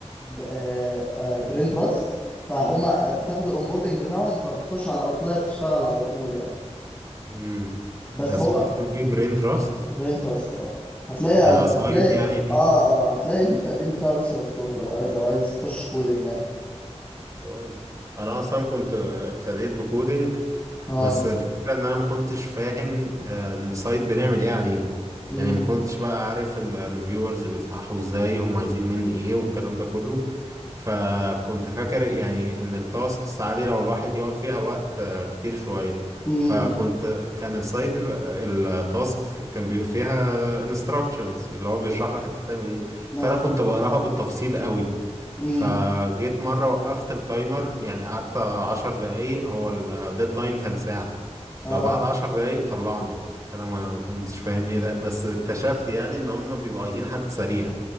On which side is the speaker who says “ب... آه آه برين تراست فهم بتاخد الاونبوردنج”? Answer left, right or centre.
Left